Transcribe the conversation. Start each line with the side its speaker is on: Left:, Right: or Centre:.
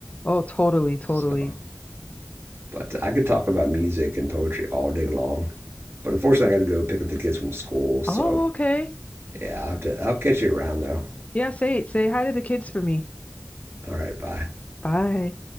Left: Oh, totally, totally.
Right: So, but I could talk about music and poetry all day long, but unfortunately, I got to go pick up the kids from school. So,
Left: Oh, okay.
Right: yeah, I'll, have to, I'll catch you around though.
Left: Yeah, say say hi to the kids for me.
Right: All right, bye.
Left: Bye.